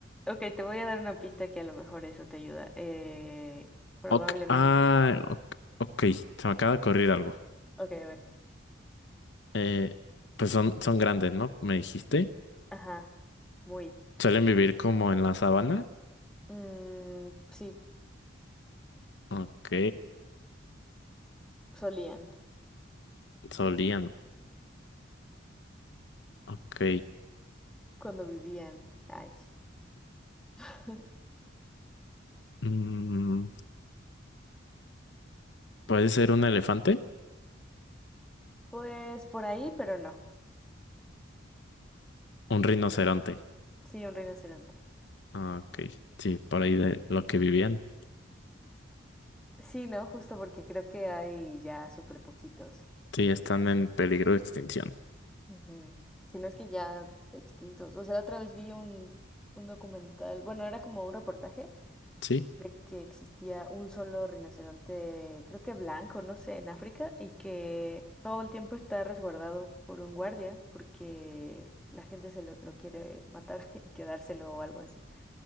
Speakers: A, in the centre; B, on the left.
A: Ok, te voy a dar una pista que a lo mejor eso te ayuda. Eh, probablemente.
B: ok, ah, ok, ok, se me acaba de ocurrir algo.
A: Ok, a ver.
B: Eh, pues son, son grandes, ¿no? Me dijiste.
A: Ajá, muy.
B: Suelen vivir como en la sabana.
A: Mm, sí,
B: Ok,
A: solían
B: solían. Ok.
A: cuando vivían. Ay, sí. <laughs>
B: mm, ¿puede ser un elefante?
A: Pues por ahí, pero no.
B: Un rinoceronte.
A: Sí, un rinoceronte.
B: Ah, Ok, sí, por ahí de lo que vivían.
A: Sí, no, justo porque creo que hay ya súper poquitos.
B: Sí, están en peligro de extinción.
A: Ujú. Si no es que ya extintos. O sea, otra vez vi un, un documental, bueno, era como un reportaje
B: Sí.
A: de que existía un solo rinoceronte, creo que blanco, no sé, en África, y que todo el tiempo está resguardado por un guardia porque la gente se lo, lo quiere matar <laughs> y quedárselo o algo así.